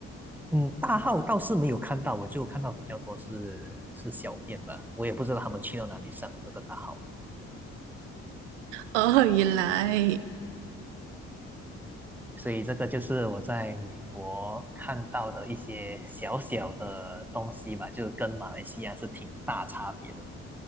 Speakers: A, in the centre; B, on the right (about 90°).
A: 嗯，大号倒是没有看到，我就看到比较多是是小便吧，我也不知道他们去到哪里上这个大号。
B: 哦，原来，
A: 所以这个就是我在美国看到的一些小小的东西吧，就是跟马来西亚是挺大差别的。